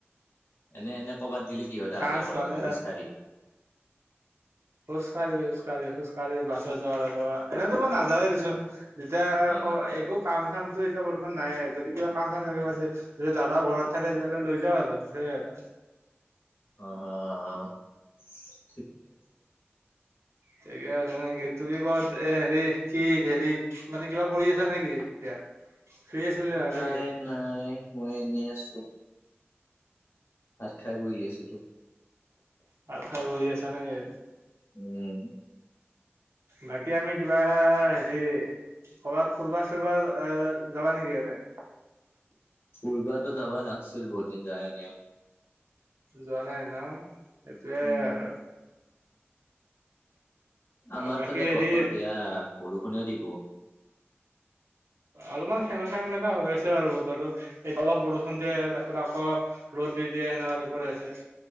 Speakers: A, on the left; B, on the right.
A: এনে এনে কৰবাত গিলি কিহত
B: চান্স
A: অহা যোৱা কৰা
B: পালে
A: তুমি? খোজকাাঢ়ি?
B: খোজ কাঢ়ি খোজ কাঢ়ি খোজ কঢ়ি বাছত যাব লাগিব এনেইতো মই নাযায়ে দেচোন। তেতিয়া আক,
A: অ
B: একো কাম চাম টো ছতিয়া বৰ্তমান নাই। যদি কিবা কাম চাম থাকি, বা যদি দাদাও ঘৰত থাকে তেতিয়াহ'লে লৈ যাওঁ আৰু সেইয়ে। ‌
A: অহ-অহ। <unintelligible>
B: ঠিকে আছে নেকি? তুমি কৰবাত এ হেৰি, কি, হেৰি, মানে কিবা কৰি আছা নেকি এতিয়া? ফ্ৰী আছিলা
A: নাই-নাই,
B: নেকি?
A: মই এনেই আছোঁ। ভাত খাই বহি আছিলোঁ।
B: ভাত খাই বহি আছা নেকি?
A: উম।
B: বাকী আমি কিবা হেৰি? কবাত ফুৰবা চুৰবা আহ, যাবা নেকি এতে?
A: ফুৰ্বাটো যাব লাগছিল। বহুত দিন যোৱায়ে নাই।
B: যোৱা নাই ন? সেইটোয়ে
A: উম,
B: আৰু।
A: আমাৰ
B: বাকী
A: ফালে
B: হেৰি
A: বতৰ বেয়া বৰ ষুণে দিব।
B: অলপমান সেমেকা-সেমেকা হৈ আছে আৰু বতৰটো। সেই অলপ বৰষুণ দিয়ে, তাৰপিছত আকৌ ৰ'দ দি দিয়ে, সেনেকুৱা হৈ পৰি আছে।